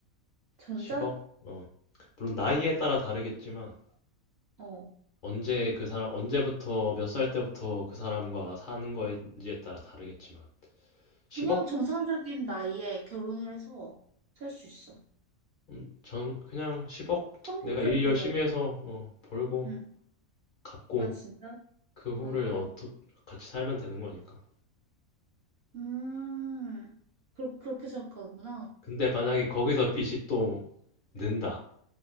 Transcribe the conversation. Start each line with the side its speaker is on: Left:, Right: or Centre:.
Right: 전자?
Left: 10억? 어. 물론 나이에 따라 다르겠지만
Right: 어.
Left: 언제 그 사람 언제부터 몇 살 때부터 그 사람과 사는 거인지에 따라 다르겠지만 10억?
Right: 그냥 정상적인 나이에 결혼을 해서 살 수 있어.
Left: 음, 전 그냥 10억
Right: 평균적으로.
Left: 내가 일 열심히 해서 어, 벌고
Right: 응.
Left: 갚고
Right: 아, 진짜?
Left: 그 후를
Right: 어.
Left: 어, 도- 같이 살면 되는 거니까.
Right: 음, 그, 그렇게 생각하는구나.
Left: 근데 만약에 거기서 빚이 또 는다.